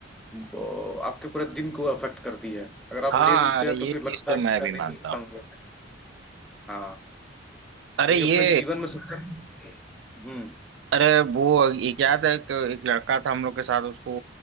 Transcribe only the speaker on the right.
हाँ
हाँ,
अरे
ये
चीज तो
मैं
भी मानता
हूँ
अरे
ये
अरे वो एक याद है कि एक लड़का था हम लोग के साथ उसको